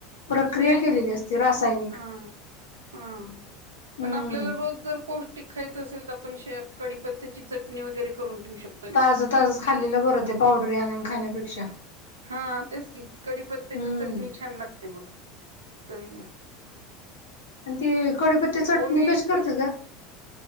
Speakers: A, on the left; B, on the right.
A: प्रक्रिया
B: म्हणजे
A: केलेली असते रासायनिक.
B: हा हा
A: हम्म
B: पण आपल्याला रोज जर पौष्टिक खायचं असेल तर आपण शेप कडीपत्त्याची चटणी वगैरे करून ठेवू शकतो.
A: ताजं ताजच खाल्लेलं बरं ते पावडरी आणून खाण्यापेक्षा.
B: हा तेच की कडीपत्त्याची
A: हम्म
B: चटणी छान लागते बघ चवीला.
A: अन ते कढीपत्त्याची
B: ते
A: चटणी
B: ओली
A: कशी करतात ग?